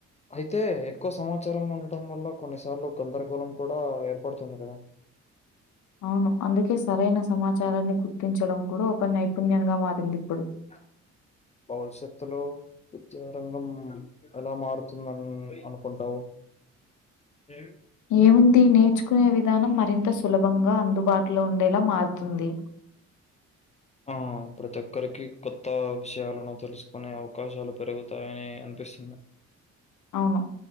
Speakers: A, on the left; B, on the left.
A: అయితే ఎక్కువ సమాచారం ఉండటం వల్ల కొన్నిసార్లు గందరగోళం కూడా ఏర్పడుతుంది కదా
B: అవును అందుకే సరైన సమాచారాన్ని గుర్తించడం కూడా ఒక నైపుణ్యంగా మారింది ఇప్పుడు
A: ఆ భవిష్యత్తులో విద్యారంగం ఎలా మారుతుందన్ అనుకుంటావు ఏ
B: ఏముంది నేర్చుకునే విధానం మరింత సులభంగా అందుబాటులో ఉండేలా మారుతుంది.
A: ఆ ప్రతి ఒక్కరికి కొత్త విషయాలను తెలుసుకునే అవకాశాలు పెరుగుతాయని అ నిపిస్తుంది
B: అవును